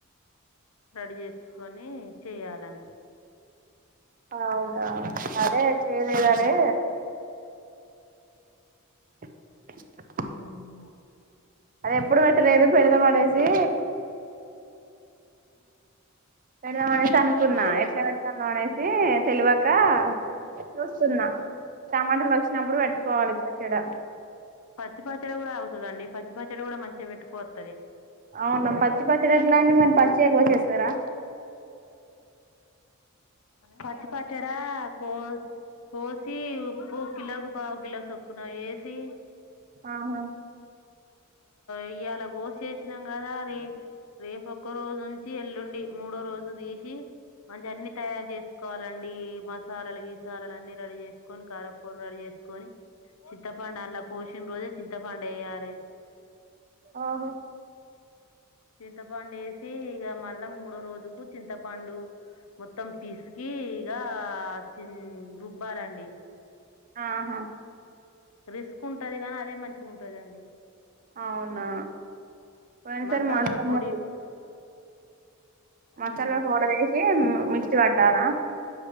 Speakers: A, on the left; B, on the right.
A: రెడీ చేసుకొని చేయాలని
B: అవునా అదే చేయలేదని
A: ఉమ్
B: అ <unintelligible>
A: ఉం
B: అదే ఎప్పుడు పెట్టలేదు పెడదా మనేసి పెడదామ అనేసి అనుకున్నా
A: ప
B: ఎట్లా పెతాను అనేసి తెలివక చూస్తున్నా టమాటాలు వచ్చినప్పుడు పెట్టుకోవాలి చడ
A: పచ్చి పచ్చడ కూడా అవుతదండి పచ్చిపచ్చడి కూడా మంచిగా పెట్టుకోవచ్చు
B: అవునా పచ్చి పచ్చడి ఎట్లా అండి మరి పచ్చిగ కోసేస్తారా
A: పచ్చి పచ్చడా కో కోసి ఉప్పు కిలోకి పావు కిలో సొప్పున వేసి
B: ఆహా
A: ఇయ్యాల కోసి వేసినం కదా రేపూ రేపు ఒక్క రోజు ఉంచి ఎల్లుండి మూడో రోజు తీసి మంచి అన్ని తయారు చేసుకోవాలండి మసాలాలు గీసాలాలు అన్నీ రెడీ చేసుకొని కారపొడి రెడీ చేసుకొని చింతపండు అలా కోశిన రోజే చింతపండు వెయ్యలే
B: ఆహా
A: చింతపండు వేసి ఇగ మళ్ళా మూడో రోజుకు చింతపండు మొత్తం పిసికి ఇగ చి రుబ్బాలండి
B: ఆహా
A: రిస్క్ ఉంటది కానీ అదే మంచిగ ఉంటదండి
B: అవునా పోయినసారి
A: మసాలాల
B: మా అత్తమ్మ
A: పొడి
B: మసాలా
A: ఉమ్.
B: పౌడర్ వేసి మిక్సీ పట్టాలా